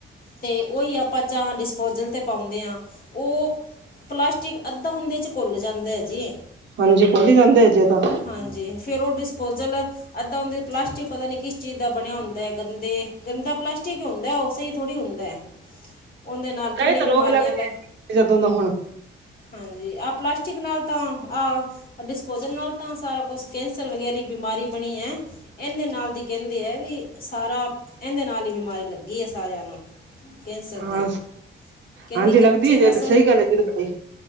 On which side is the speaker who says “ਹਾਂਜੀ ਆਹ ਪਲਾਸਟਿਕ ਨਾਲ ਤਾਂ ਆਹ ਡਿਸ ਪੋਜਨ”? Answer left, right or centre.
Left